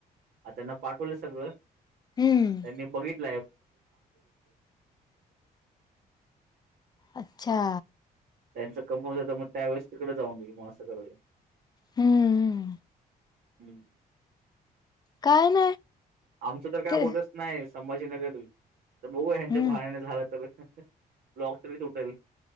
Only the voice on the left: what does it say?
हम्म
अच्छा
हम्ममम
काय <inaudible>
ते
हम्म